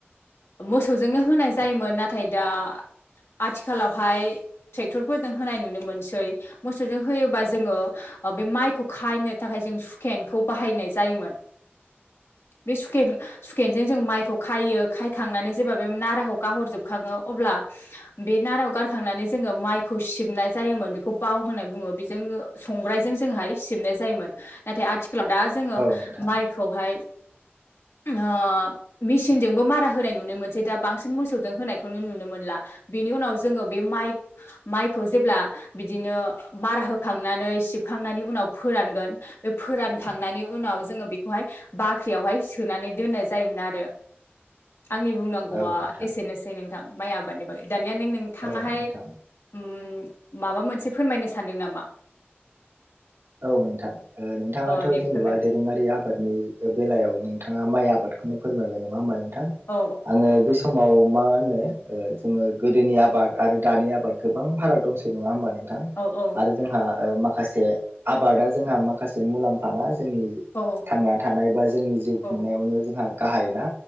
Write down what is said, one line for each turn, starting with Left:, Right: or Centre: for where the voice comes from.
Left: मोसौजोंनो होनाय जायोमोन नाथाय दा आथिखालावहाय ट्रेक्टरफोरजों होनाय नुनो मोनसै मोसौजों होयोबा जोङो ओ बे माइखौ खायनो थाखाय जों सुखेनखौ बाहायनाय जायोमोन।
Right: <unintelligible>
Left: बे सुखेन सुखेनजों जों माइखौ खाइयो खायखांनानै जेब्ला बे नाराखौ गाहरजोबखाङो अब्ला बे नाराव गारखांनानै जोङो माइखौ सिबनाय जायोमोन बेखौ बाव होनाय बुङो बेजों संग्रायजों जोंहाय सिबनाय जायोमोन नाथाय आथिखालाव दा जोङो
Right: औ नोंथां
Left: माइखौहाय
Right: <unintelligible>
Left: ओ मेसिनजोंबो मारा होनाय नुनो मोनसै दा बांसिन मोसौजों होनायखौनो नुनो मोनला। बिनि उनाव जोङो बे माइ माइखौ जेब्ला बिदिनो मारा होखांनानै सिब खांनायनि उनाव फोरानगोन बे फोरानखांनायनि उनाव जोङो बेखौहाय बाख्रियावहाय सोनानै दोननाय जायोमोन आरो। आंनि बुंनांगौआ
Right: औ नोंथां
Left: एसेनोसै नोंथां माइ आबादनि बागै। दानिया नों नोंथाङाहाय
Right: औ नोंथां
Left: उम माबा मोनसे फोरमायनो सानदों नामा?
Right: औ नोंथां ओ नोंथाङाथ'
Left: अ दे
Right: जेनेबा
Left: फोरमायना
Right: दोरोङारि आबादनि बेलायाव नोंथाङा माइ आबादखौनो फोरमायबाय नङा होमबा नोंथां
Left: औ
Right: आङो बे सम समाव मा होनो ओ जोङो गोदोनि आबाद आरो दानि आबाद गोबां फाराग दंसै नङा होमबा नों थां
Left: औ औ
Right: आरो जोंहा ओ माखासे आबादा जोंहा माखासे मुलाम्फा ना जोंनि
Left: औ
Right: थांना थानाय बा जोंनि जिउ खुंनायावनो
Left: औ
Right: जोंहा गाहाइ ना।